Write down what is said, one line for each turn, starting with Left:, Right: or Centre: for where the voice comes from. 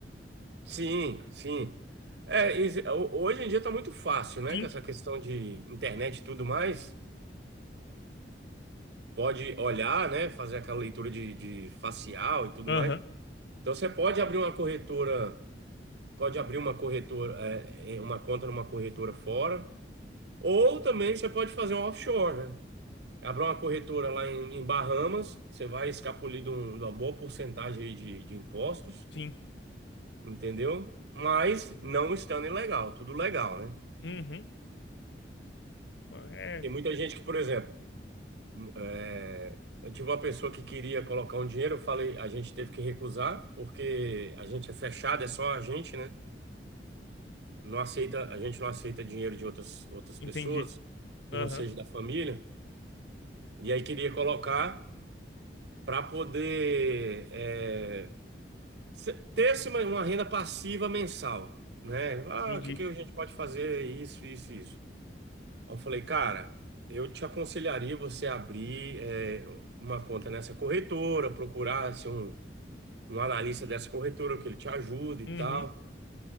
Right: Sim, sim. É, e se- ho- hoje em dia tá muito fácil, né?
Left: Sim,
Right: Com essa questão de internet e tudo mais. pode olhar, né, fazer aquela leitura de, de facial e tudo
Left: aham,
Right: mais. Então você pode abrir uma corretora, pode abrir uma corretora, é, em uma conta numa corretora fora, ou também você pode fazer um offshore, né? Abrir uma corretora lá em, em Bahamas, você vai escapulir de, um- de uma boa porcentagem aí de, de impostos,
Left: sim,
Right: entendeu? Mas não estando ilegal, tudo legal, né?
Left: uhum, é,
Right: Tem muita gente que, por exemplo, É, eu tive uma pessoa que queria colocar um dinheiro, eu falei, a gente teve que recusar, porque a gente é fechado, é só a gente, né? Não aceita, a gente não aceita dinheiro de outras, outras
Left: entendi,
Right: pessoas, que
Left: aham,
Right: não seja da família. E aí queria colocar para poder é, se- ter assim, uma uma renda passiva mensal, né? Ah,
Left: entendi,
Right: o que que a gente pode fazer? Isso, isso, isso. Eu falei, cara, eu te aconselharia você abrir é, uma conta nessa corretora, procurar assim, um um analista dessa corretora, que ele te ajuda e
Left: uhum,
Right: tal.